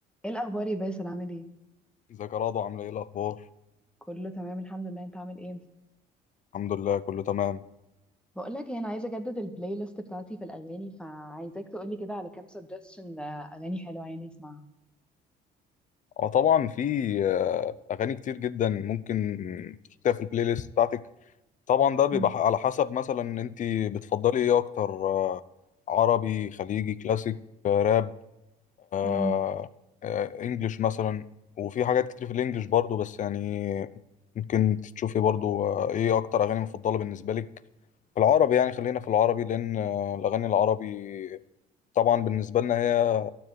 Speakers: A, in the centre; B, on the left.
A: ايه الاخبار يا باسل عامل ايه
B: ازيك يا رضوى عامله ايه الاخبار
A: كله تمام الحمد لله انت عامل ايه
B: الحمد لله كله تمام
A: بقول لك ايه، انا عايزه اجدد البلاي ليست بتاعتي في الاغاني فعايزاك تقولي كده على كام سجستشن اغاني حلوه يعني اسمعها
B: اه طبعا في آه، اغاني كتير جدا ممكن تحطيها في البلاي ليست بتاعتك طبعا ده بيبقى
A: مم.
B: على حسب مثلا انت بتفضلي ايه اكتر آه، عربي خليجي كلاسيك آه، راب آه،
A: مم.
B: آه، انجليش مثلا وفي حاجات كتير في الانجليش برضو بس يعني ممكن تشوفي برضو آه، ايه اكتر اغاني مفضله بالنسبه لك في العربي يعني خلينا في العربي لان آه، الاغاني العربي طبعا بالنسبه لنا هي